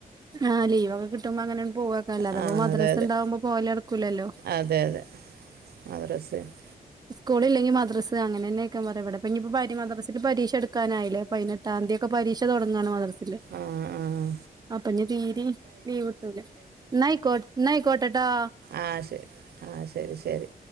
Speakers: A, on the right; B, on the right.
A: ആഹ് ലീവൊക്കെ കിട്ടുമ്പോ അങ്ങനെണ്ട് പോവാക്കല്ലാ അല്ലാത്പ്പൊ
B: ആ
A: മദ്രസ്
B: അതെ അതെ
A: ഇണ്ടാമ്പോ പോവലട്ക്കൂലല്ലോ
B: അതെ അതെ മദ്രസേണ്ട്
A: സ്കൂളില്ലെങ്കി മദ്രസ് അങ്ങനെന്നെക്കാ പറയാ ഇവിടെപ്പ ഇഞ്ഞിപ്പ പര് മദ്രാസിക്ക് പരീക്ഷ അടുക്കാനായില്ലേ പയിന ട്ടാന്തിക്കെ പരീക്ഷ തൊടങ്ങാണ് മദർസില്
B: ആഹ് ആഹ്
A: അപ്പൊഞ്ഞി തീരിം ലീവ് ഇട്ടൂല ന്നയ്കോ ന്നയ്കോട്ടട്ടോ
B: ആഹ് ശരി ആഹ് ശരി ശരി